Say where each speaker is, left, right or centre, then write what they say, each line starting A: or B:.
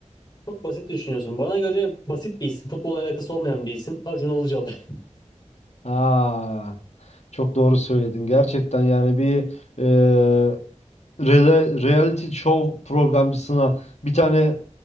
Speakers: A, on the left; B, on the left.
A: Çok basit düşünüyorsun. Bana göre basit bir isim. Futbol alakası olmayan bir isim. Acun Ilıcalı. <laughs>
B: Aa. Çok doğru söyledin. Gerçekten yani bir e, rele- reality show programcısına bir tane